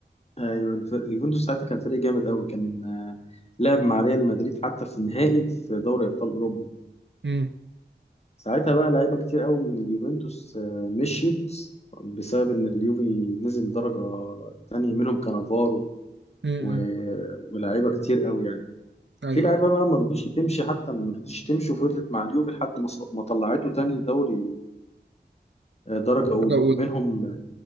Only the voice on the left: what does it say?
أيوة، الف- اليوفنتوس ساعتها كان فريق جامد قوي كان آه، لعب مع ريال مدريد حتى في النهائي في دوري أبطال أوروبا
ساعتها بقى لعيبة كتير قوي من اليوفنتوس آه، مشيت بسبب إن اليوفي نزل درجة تانية منهم كانافارو
و-
ولاعيبة كتير قوي يعني
في لعيبة بقى ما رضيتش تمشي حتى ما رضيتش تمشي وفضلت مع اليوفي لحد ما ما طلعته تاني دوري درجة أولى
منهم